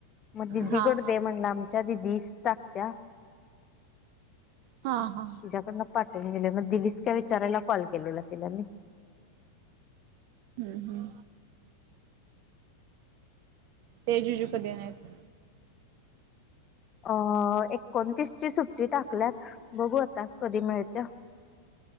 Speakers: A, on the left (about 30°); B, on the right (about 45°).
A: मग दिदीकडं
B: हा हा
A: दे म्हलं आम्ही च्या दिदीच टाकत्या...
B: हा
A: तिच्याकडनं
B: हा
A: पाठवून दिले मग... दिलीस का विचारायला कॉल केलेला तिला मी
B: हूं हूं ते... जीजू कधी येणार येत?
A: अ... एकोणतीसची सुट्टी टाकल्यात... बघू आता कधी मिळत्या